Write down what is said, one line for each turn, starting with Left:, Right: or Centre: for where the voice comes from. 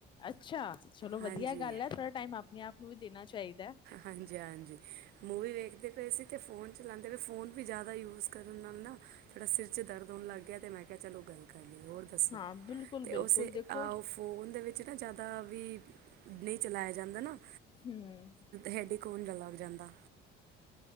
Left: ਅੱਛਾ ਚਲੋ
Right: ਹਾਂਜੀ
Left: ਵਧੀਆ ਗੱਲ ਐ ਥੋੜਾ ਟਾਈਮ ਆਪਣੇ ਆਪ ਨੂੰ ਵੀ ਦੇਣਾ ਚਾਹੀ
Right: ਹਾਂਜੀ- ਹਾਂਜੀ ਮੂਵੀ ਵੇਖ ਦੇ ਪਏ ਸੀ ਤੇ ਫੋਨ ਚਲਾਉਂਦੇ ਪਏ ਫੋਨ ਵੀ ਜਿਆਦਾ ਯੂਜ ਕਰਨ ਨਾਲ ਨਾ ਥੋੜ੍ਹਾ ਸਿਰ 'ਚ ਦਰਦ ਹੋਣ ਲੱਗ ਗਿਆ ਅਤੇ ਮੈ ਕਿਹਾ ਚਲੋ ਗੱਲ ਕਰ ਲਈ ਹੋਰ ਦੱਸੋ
Left: ਹਾਂ ਬਿਲਕੁਲ
Right: ਤੇ
Left: ਬਿਲਕੁਲ
Right: ਉਸ ਉਹ
Left: ਦੇਖੋ
Right: ਫੋਨ ਦੇ ਵਿੱਚ ਨਾ ਜਿਆਦਾ ਵੀ ਨਹੀ ਚਲਾਇਆ ਜਾਂਦਾ ਨਾ।
Left: ਹੂੰ
Right: <inaudible> ਲੱਗ ਜਾਂਦਾ।